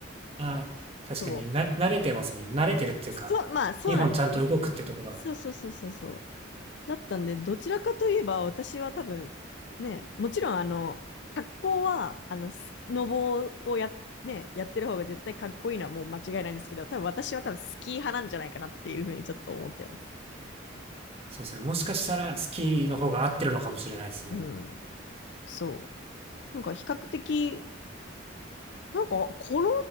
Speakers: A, on the right; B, on the left.
A: あー確かに、
B: そう。
A: な慣れてますもん。慣れてるっていうか、
B: そう、まあそうなんですよね。
A: 日本ちゃんと動くってところが。
B: そうそうそうそうそう。だったんで、どちらかといえば私は多分、ね、もちろんあの、格好は、あの、スノボをやっね、やってる方が絶対かっこいいのはもう間違いないんですけど、多分私は多分スキー派なんじゃないかなっていうふうにちょっと思ってます。
A: そうですね。もしかしたらスキーの方が合ってるのかもしれないですね。
B: うん、そう。なんか比較的、なんか転ん、